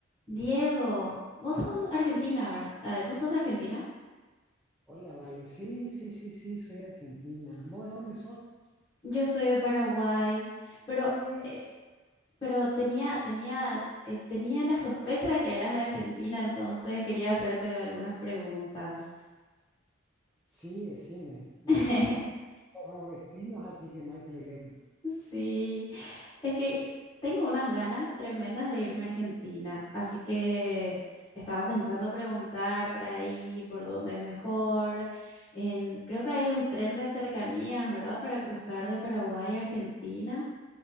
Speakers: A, on the left; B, in the centre.
A: Diego, vos sos de Argentina, ¿verdad? Ay, ¿Vos sos de Argentina?
B: Hola, vale. Sí, sí, sí, sí, soy argentina. ¿Vos de dónde sos?
A: Yo soy de Paraguay, pero,
B: Eh,
A: eh, pero tenía, tenía, eh, tenía la sospecha de que eras de Argentina, entonces quería hacerte algunas preguntas.
B: sí, decime, ya
A: <laughs>
B: que somos vecinos, así que no hay problema.
A: Sí, es que tengo unas ganas tremendas de irme a Argentina, así que estaba pensando preguntar por ahí, por dónde es mejor. En, creo que hay un tren de cercanías, ¿verdad? Para cruzar de Paraguay a Argentina.